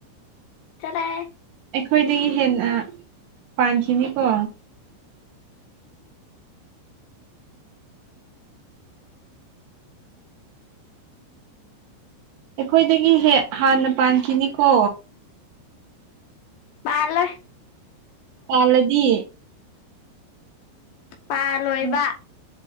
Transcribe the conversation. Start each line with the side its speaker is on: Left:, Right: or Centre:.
Left: ꯆꯠꯂꯦ
Right: ꯑꯩꯈꯣꯏꯗꯒꯤ ꯍꯦꯟꯅ ꯄꯥꯟꯈꯤꯅꯤꯀꯣ ꯑꯩꯈꯣꯏꯗꯒꯤ ꯍꯦꯛ ꯍꯥꯟꯅ ꯄꯥꯟꯈꯤꯅꯤꯀꯣ
Left: ꯄꯥꯂꯦ
Right: ꯄꯜꯂꯥꯗꯤ
Left: ꯄꯥꯜꯂꯣꯏꯕ
Right: ꯎ